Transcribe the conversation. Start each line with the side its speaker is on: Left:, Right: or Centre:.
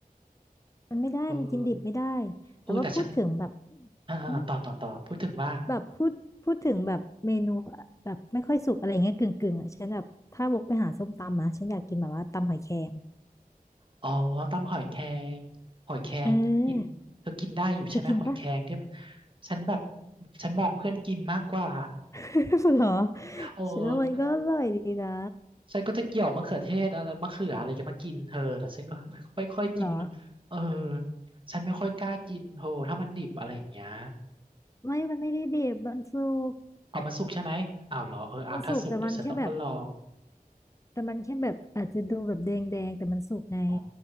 Left: มันไม่ได้มันกินดิบไม่ได้
Right: เออเออแต่ฉัน
Left: แต่ว่าพูดถึงแบบ
Right: อ่าอ่าต่อต่อต่อพูดถึงว่า
Left: หึแบบพูดพูดถึงแบบเมนูอะแบบไม่ค่อยสุกอะไรเงี้ยกึ่งกึ่งอ่ะฉันแบบถ้าวกไปหาส้มตำอ่ะฉันอยากกินแบบว่าตำหอยแครง
Right: อ๋อตำหอยแครงหอยแครงกินเธอกินได้อยู่ใช่ไหมหอยแครงที่แบบ
Left: เออเธอกินปะ
Right: ฉันแบบฉันมองเพื่อนกินมากกว่า
Left: <laughs> เหรอ
Right: เออ
Left: ฉันว่ามันก็อร่อยดีนะ
Right: ฉันก็จะเกี่ยวมะเขือเทศอะไรมะเขืออะไรจะมากินเธอแต่ฉันก็ไม่ไม่ค่อยกิน
Left: เหรอ
Right: เออฉันไม่ค่อยกล้ากินเธอถ้ามันดิบอะไรอย่างเงี้ย
Left: ไม่มันไม่ได้ดิบมันสุก
Right: เอามาสุกใช่ไหมอ้าวเหรอเอออ่ะถ้าสุกเดี๋ยวฉันต้องมาลอง
Left: มันสุกแต่มันแค่แบบแต่มันแค่แบบอาจจะดูแบบแดงแดงแต่มันสุกไง
Right: อ๋อ